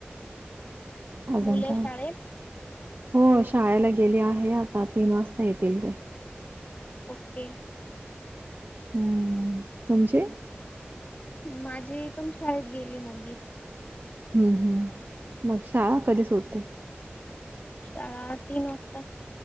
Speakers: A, on the right (about 55°); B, on the left (about 40°).
A: अजून
B: मुलं
A: काय
B: शाळेत
A: हो शाळेला गेली आहे आता. तीन वाजता येतील ते.
B: ओके.
A: हम्म तुमची?
B: माझी पण शाळेत गेली मुलगी.
A: हम्म. हम्म. मग शाळा कधी सुटते?
B: शाळा तीन वाजता.